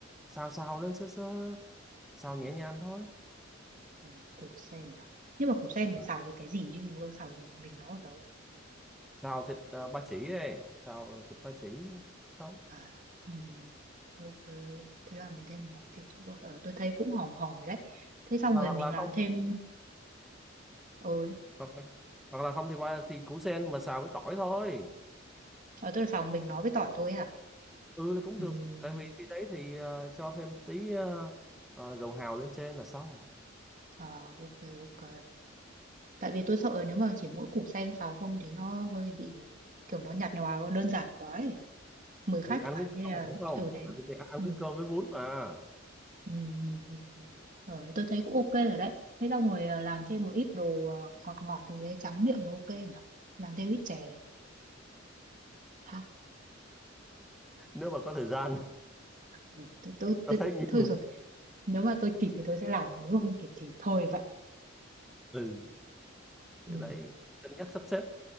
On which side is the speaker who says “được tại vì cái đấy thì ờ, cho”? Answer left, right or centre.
Centre